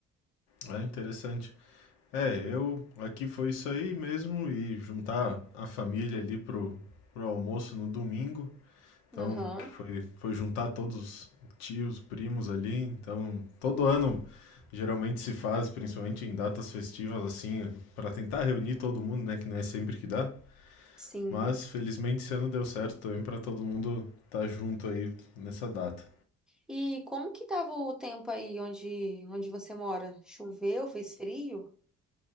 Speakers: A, on the left; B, in the centre.
A: É interessante. É, eu aqui foi isso aí mesmo e juntar a família ali pro, pro almoço no domingo. Então
B: Aham,
A: foi, foi juntar todos os tios, primos ali. Então todo ano geralmente se faz, principalmente em datas festivas assim, para tentar reunir todo mundo, né? Que não é sempre que dá.
B: sim.
A: Mas felizmente esse ano deu certo também para todo mundo estar junto aí nessa data.
B: E como que tava o tempo aí onde onde você mora? Choveu? Fez frio?